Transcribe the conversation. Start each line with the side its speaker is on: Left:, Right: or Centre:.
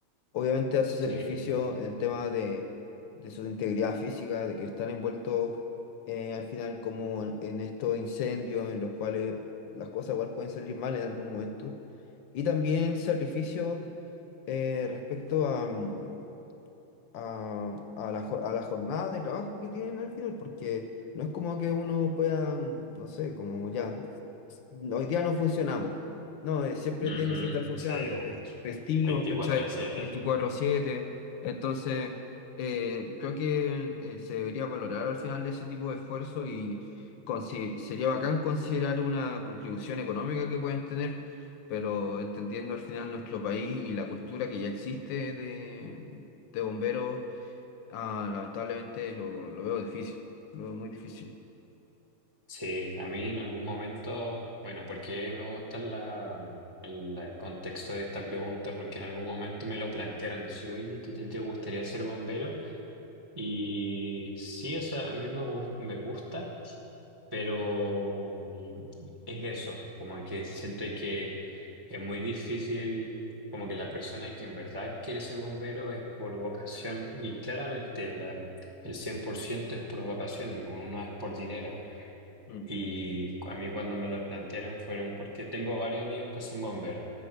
Left: Obviamente hace sacrificio
Right: Sí.
Left: en el tema de, de su integridad física, de que están envueltos eh, al final como en, en estos incendios en los cuales las cosas igual pueden salir mal en algún momento. Y también sacrificio eh, respecto a, mm, a, a la, jo- a la jornada de trabajo que tienen al final, porque no es como que uno pueda, mm, no sé, como ya, hoy día no funcionamos. No, eh, siempre
Right: Ujú,
Left: tienen que estar funcionando,
Right: sí, po.
Left: fe- festivos,
Right: 24
Left: cachai
Right: a 7.
Left: veinticuatro siete Entonces, eh, creo que eh, se debería valorar al final ese tipo de esfuerzo y consi- sería bacán considerar una contribución económica que pueden tener. pero entendiendo al final nuestro país y la cultura que ya existe de, de bomberos Ah, lamentablemente lo, lo veo difícil, lo veo muy difícil.
Right: Sí, a mí en algún momento, bueno, porque me gusta la, la- el contexto de esta pregunta, porque en algún momento me lo plantearon, decir, oye, ¿te, te- te gustaría ser bombero? Y sí, o sea, a mí me, gus- me gusta, pero mm, es eso, como que siento que es muy difícil, como que la persona que en verdad quiere ser bombero es por vocación, y claramente la, el 100% es por vocación, ninguno es por dinero.
Left: Mm,
Right: Y a mí cuando me lo plantearon fueron porque tengo varios amigos que son bomberos